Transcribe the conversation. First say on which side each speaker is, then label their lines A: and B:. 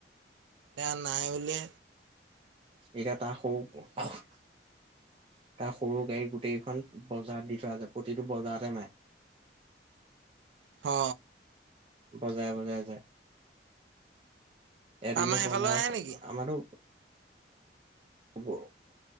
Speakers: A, on the right; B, on the right.
A: ন নাই বুলি।
B: এতিয়া তাৰ সৰু তাৰ সৰু গাড়ী গোটেইখন ব বজাৰ দি থোৱা যায় প্ৰতিটো বজাৰতে মান
A: হ
B: বজাই বজাই যাই। এদিনো
A: আমাৰ সেইফালে
B: বজাৰ
A: আহে নেকি
B: আমাৰো। হ'ব।